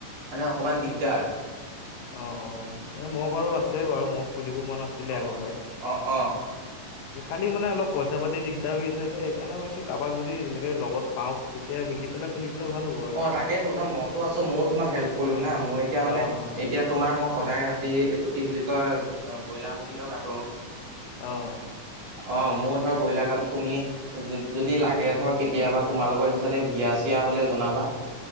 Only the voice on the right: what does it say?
মানে অকমান দিগদাৰ।
অ
অ অ
অ, তাকেতো ন মইতো আছোঁ, মইও তোমাক হেল্প কৰিম
না, মই এতিয়া
মানে
এতিয়া তোমাৰ মই সদায় ৰাতি, এইটো কি বুলি কয়? ব্ৰইলাৰ মুৰ্গী ধৰ কাটো।
অ, মোৰ
ধৰ ব্ৰইলাৰ কাটো। তুমি যদি লাগে ধৰ, কেতিয়াবা তোমালোকৰ এইটো চাইডে বিয়া-চিয়া হ'লে জনাবা।